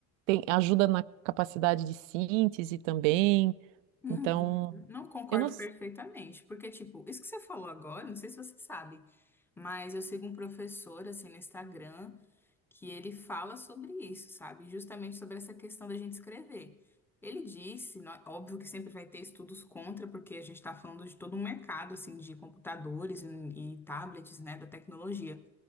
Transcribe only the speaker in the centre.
Uhum.
Não concordo
perfeitamente, porque, tipo, isso que você falou agora, não sei se você sabe, mas eu sigo um professor, assim, no Instagram, que ele fala sobre isso, sabe? Justamente sobre essa questão da gente escrever. Ele disse, nó- óbvio que sempre vai ter estudos contra, porque a gente está falando de todo um mercado, assim, de computadores e, e tablets, né, da tecnologia.